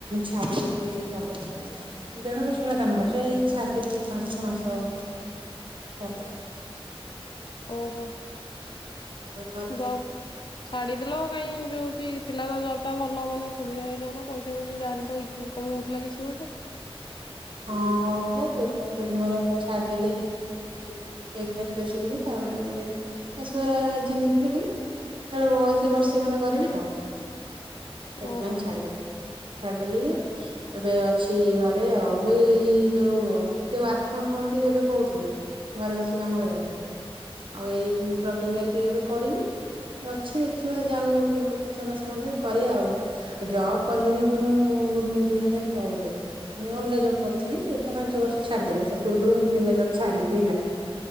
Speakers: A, on the right; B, on the left.
A: ଛାଡି ଦେଇଛି ଏଇ <inaudible> ଦେଢ ବର୍ଷ ଭଳିଆ କାମ କରିଛି ଏଇ ଛାଡିଦେଲି ପାଞ୍ଚଛ ମାସ ହବ।
B: ଓହୋ।
A: ଘରେ ହେଇଥିଲି
B: ଜବ୍ ଛାଡିଦେଲ କାଇହିଁ ଯୋଉ ଥିଲା ତ ଜବ ଏଟା ଭଲ ମାନେ ସୁବିଧା ହେଇଥାନ୍ତା ପଇସା ଫଇସା ଯାହାଲେ ଇନଙ୍କମ ହଉଥିଲା କିଛି ଗୋଟେ।
A: ହଁ ହଉଥିଲା ଯେ ମୋର ଛାଡିଦେଲି <inaudible> ଅଛି ଟିକେ ତାପରେ ଶାସୁ ଘରେ ରାଯି ନଥିଲେବି। ତେଣୁ ମୁଁ କହିଥିଲି ବର୍ଷେ ଖଣ୍ଡେ କରିବି ତ। ସେଥିପାଇଁ
B: ଓହୋ
A: ଛାଡିଦେଲି ଛାଡିଦେଲି ଏବେ ଅଛି ଘରେ ଆଉ। ଯୋଉ ସେ ୱାର୍କ ଫ୍ରମ ହୋମ ବି ଏବେ କହୁଥିଲେ ଘରେ ବସି କାମ କରିବା ପାଇଁ। ଆଉ ଏଇ ପ୍ରୋବ୍ଲେମ ଲାଗି ଟିକେ ଏବେ କରିନୁ। ଅଛି ଦେଖିବା ଯାଉ ଛଅ ମାସ ଖଣ୍ଡେ କରିବା ଆଉ ଆଉ ଜବ୍ କଲିଣି ମୁଁ ଦୁଇ ହଜାର ଚଉଦରୁ ମାନେ ଅଲଗା ଜବ୍। କରୁଥିଲି ଏ ପାଞ୍ଚ ବର୍ଷ ଛାଡିଦେଲେ ତା ପୂର୍ବରୁ ମୁଁ ଦି ତିନିଟା ଜବ ଛାଡିଛି ହେଲା।